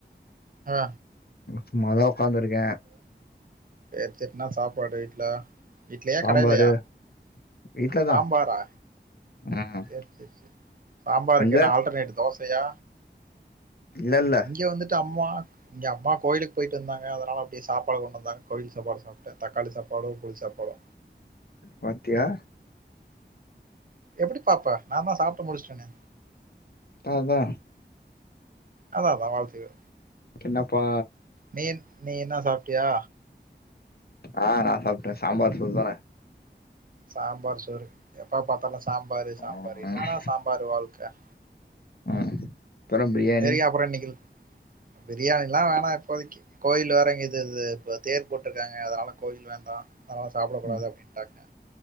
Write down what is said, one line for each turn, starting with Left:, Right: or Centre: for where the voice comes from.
Right: ஆ
Left: சும்மாதா ஒக்காந்துருக்கே
Right: சேர் சேர் என்ன சாப்பாடு வீட்ல வீட்லயா
Left: சாம்பாரு
Right: கடைலயா
Left: வீட்லதா
Right: சாம்பாரா
Left: ம்
Right: சேர் சேர் சேர் சாம்பாருக்கு
Left: அங்க
Right: என்ன ஆல்டர்னேட் தோசயா
Left: இல்ல இல்ல
Right: இங்க வந்துட்டு அம்மா இங்கே அம்மா கோயிலுக்கு போய்ட்டு வந்தாங்க அதனால அப்டியே சாப்பாடு கொண்டுந்தாங்க கோயில் சாப்பாடு சாப் ட்டே தக்காளி சாப்பாடு புளி சாப்பாடு
Left: பாத்தியா
Right: எப்பிடி பாப்ப நா தா சாப்ட்டு முடிச்ட்டேனே
Left: அதா
Right: அதா அதா வாழ்க்கையே
Left: என்னப்பா
Right: நீ நீ என்ன சாப்ட்டியா
Left: ஆ நா சாப்ட்டே சாம்பார் சோறு தான
Right: சாம்பார் சோறு எப்ப பாத்தாலு சாம்பாரு சாம்பாரு
Left: ம்
Right: என்னடா சாம்பார் வாழ்க்க
Left: ம் அப்றோ பிரியாணி
Right: செரி அப்பறோ இன்னைக்கு பிரியாணில்லா வேணா இப்போதைக்கு கோயில்ல வேற இங்க இது இது இப்ப தேர் போட்டிருக்காங்க அதனால கோயில் வேண்டா அதனால சாப்டக் கூடாது
Left: ம்
Right: அப்டின்ட்டாங்க